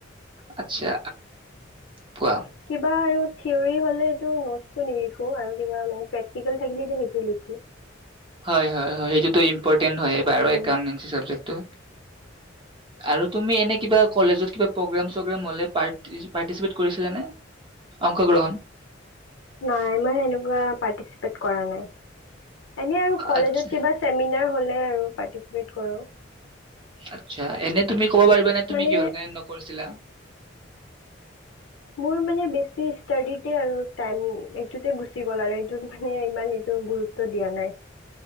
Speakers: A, on the right; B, on the left.
A: আচ্ছা কোৱা।
B: কিবা আৰু থিয়ৰী হ'লেটো নোটটো নিখো আৰুি কিবা প্ৰেক্টিক থাকিলেটো লিখো
A: হয় হয় হয় সেইতোটো ট্ৰেড হয়
B: উম।
A: একাউনট্ৰেড চাবজেকটো আৰু তুমি এনে কিবা কলেজত কিবা প্ৰগ্ৰেম চগ্ৰম হলে প্ৰাতিচিপেত কৰিছিলা নে অংশগ্ৰহণ
B: নাই মই সেনেকুৱা পাৰটিচিপেট কৰা নাই এনে আৰু কলেজত
A: আচ্ছা
B: কিবা চেমিনাৰ হ'লে আৰু পাৰ্টিচিপেট কৰোঁ
A: আচ্ছা এনে তুমি কব পাৰিবাানে তুমি
B: মানে
A: কিহৰ কাৰণে নকৰিছিলা
B: মোৰ মানে বেছি ষ্টাডিতে আৰু টাইম এইটোতে গুচি গল আৰু এইটোতে মানে ইমান এইটো গুৰুত্ব দিয়া নাই